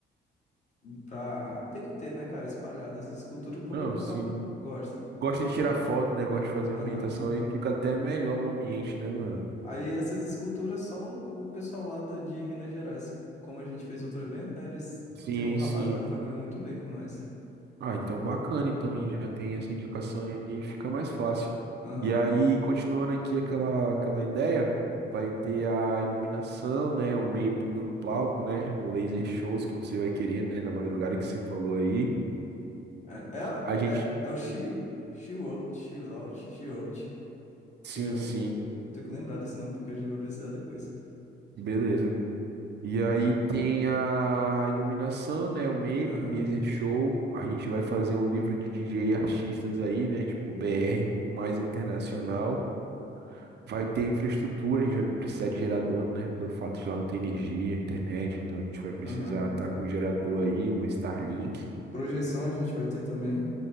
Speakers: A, on the left (about 35°); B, on the right (about 60°).
A: pra, tem que ter, né, cara, espalhadas de escultura, porque
B: Não,
A: o pessoal
B: sim.
A: gosta.
B: Gosta de tirar foto, né? Gosta de fazer
A: Aham.
B: uma ambientação aí, fica até melhor o ambiente, né, mano?
A: Aí essas esculturas, só o, o pessoal lá do- de Minas Gerais, como a gente fez outro evento, né, eles,
B: Sim,
A: tem um rapaz
B: sim.
A: lá que trabalhou muito bem com nós.
B: Ah, então bacana, então aí já tem essa indicação aí, fica mais fácil.
A: Aham.
B: E aí, continuando aqui aquela, aquela ideia, vai ter a iluminação, né, o mapping do palco, né, o laser shows que você vai querer, né, na madrugada que você falou aí.
A: É,
B: A gente,
A: é, é, é o She, She Wrote, She Wrote, She Wrote,
B: sim,
A: que é.
B: sim,
A: um- Eu tenho que lembrar desse nome porque a gente vai precisar depois.
B: beleza. E aí tem a iluminação, né, o mapping,
A: Aham,
B: laser show. A gente vai fazer um livro de DJ e artistas aí, né, tipo BR mais internacional. Vai ter infraestrutura, a gente vai precisar de gerador, né? Pelo fato de lá não ter energia, internet, então a gente vai precisar
A: aham.
B: estar com um gerador aí, uma Starlink.
A: Projeção a gente vai ter também.